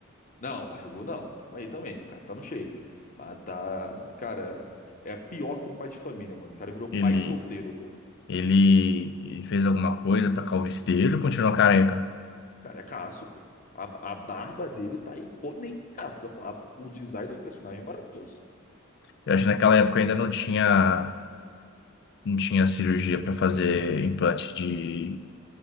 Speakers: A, on the left (about 40°); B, on the left (about 60°).
A: Não, barrigou não, calma aí também, o cara tá no shape, mas tá, cara, é pior que um pai de família, mano, o cara virou pai
B: Ele.
A: solteiro, pô. O
B: Ele, ele fez alguma coisa para calvície dele, ele continuou careca.
A: cara é caço, pô. A, a barba dele tá aí, pô, nem caça, pô. A- o design do personagem é maravilhoso.
B: Eu acho que naquela época ainda não tinha, não tinha cirurgia para fazer implante de,